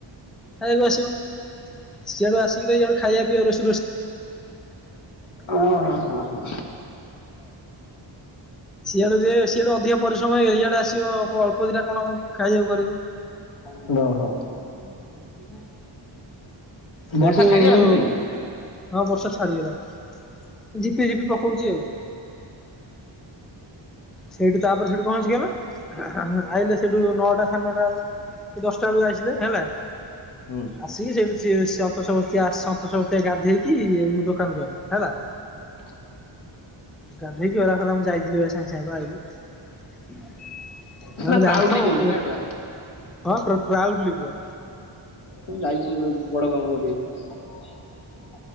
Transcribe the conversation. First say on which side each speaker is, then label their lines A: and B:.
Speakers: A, in the centre; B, on the left.
A: ଖାଇଆକୁ ଆସିବ। ସିଆଡୁ ଆସିକି ତ ଇଆଡୁ ଖାଇବା ପିଇଆ ରୋଷ
B: ଓ ହଁ ହଁ ହଁ।
A: ସିଆଡୁ ଯେ! ସିଆଡୁ ଅଧିକ ପରିଶ୍ରମ ହେଇ, ଇଆଡେ ଆସିବ ଅଳ୍ପ ଦିଟା କଣ ଖାଇବାକୁ? କରିବ।
B: ଓ ହୋ! <inaudible>
A: ସେଇଠୁ-ଉ
B: ବର୍ଷା ଛାଡିଗଲା ସୁଲେଇ
A: ହଁ ବର୍ଷା ଛାଡିଗଲାଣି। ଝିପି ଝିପି ପକଉଛି ଆଉ। ସେଇଠୁ ତା'ପରେ ସେଇଠି କଣହେଇଛି କହିଲ? ଆଇଲେ ସେଠୁ ନଅଟା ସାଢ଼େ ନଅଟା ବେଳକୁ କି ଦଶଟା ବେଳକୁ ଆସିଲେ ହେଲା।
B: ହୁଁ
A: ଆସିକି ସେଠୁ ସିଏ ସନ୍ତୋଷ ବସ୍ତିଆ, ସନ୍ତୋଷ ବସ୍ତିଆ ଗାଧେଇକି, ଦୋକାନକୁ ଗଲା ହେଲା।
B: ହଁ
A: ଗାଧେଇକି ଗଲା। ଖଲା ମୁଁ ଯାଇଥିଲି ବା ଏ ସାଙ୍ଗେ ସାଙ୍ଗେ ଆଇଲି।
B: ସେଟା
A: ମାଡ
B: ପ୍ରାଉଡଲି
A: ଜାଣୁଥିବ।
B: କହୁଛି
A: କୋ
B: ନା
A: ହଁ।
B: ଟୁଆ
A: ପୁରା ପ୍ରାଉଡ଼୍ଲି ପୁରା।
B: ମୁଁ ଯାଇଥିଲି। ଗୋଟେ ବଡ କାମ କରିବାକୁ।